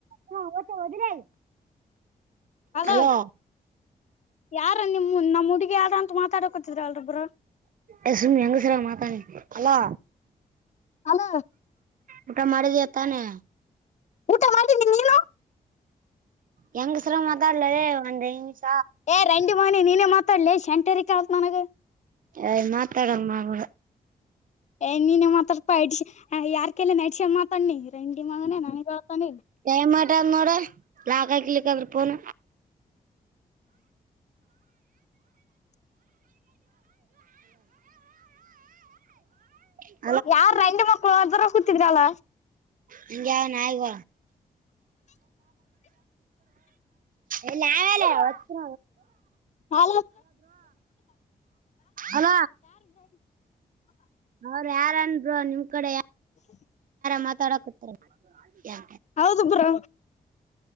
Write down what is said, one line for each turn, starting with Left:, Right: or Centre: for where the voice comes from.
Right: ಹಾ ಓತ ಹೋದಿ್ರ
Left: ಅಲೋ
Right: ಹೆಲೋ
Left: ಯಾರ ನಿಮ್ ನಮ್ಮ್ ಹುಡುಗ ಯಾರ ಅಂತ ಮಾತಾಡಕೋತಿದ್ರ ಅಲ್ೊಬ್ಬರು
Right: ಎ ಸುಮ್ಮಿ ಹೆಂಗ ಸರ ಮಾತಾಾನ ಅಲ್ಲಾ
Left: ಅಲ
Right: ಊಟ ಮಾಡಿದಯ ತಾನೆ
Left: ಊಟ ಮಾಡಿದ್ದೀಿ ನೀನು
Right: ಹೆಂಗ್ ಸುರ ಮಾದಾ ಇಲ್ಲದೇ ಒಂದ ಇಂಗ್ಲೀಷ್
Left: ಏ ರಂಡಿ ಮನೆಿ ನೀಿನೇ ಮಾತಾಡ್ಲಿ ಶೆಂಟರಿ ಕಲ್ತ್ ನನಗ
Right: ಅಯ್ ಮಾತಾಡಂಗ ಮಗುವ
Left: ಏ ನೀನ ಮಾತಾಡ್ಪಾ ಇಡ್ ಯಾರ್ಕಲ್ಲ ನೆಡ್ಸ ಮಾತಾಿ ರಂಗಂಡಿ ಮಗನ ನನಗ್ ಬಳ್ತಾನ ಇಲ್ಲಿ
Right: ಟೈಮ್ ಮಾಡದ್ ನೋಡ್ರ ಲಾಕ್ ಹಾಕಲಿಕ್ಕ ಆದ್ರ ಪೋನ
Left: ಹ
Right: ಹಲೋ
Left: ಯಾರ್ ರಂಡ್ ಮಕ್ಳುತ್ರರ ಕೂತಿದ್ರಲ್ಲ
Right: ಹಂಗ ಯಾವನ ಆಯಗ ಎಲ್ಲಲ ಅತ್ರ
Left: ಹ
Right: ಅಲ ಅವ್ರ ಯಾರನ್ರು ನಿಮ್ ಕಡೆ
Left: ಹ
Right: ಮಾತಾಡಕ ಯಾ
Left: ಹೌದು ಬ್ರಾ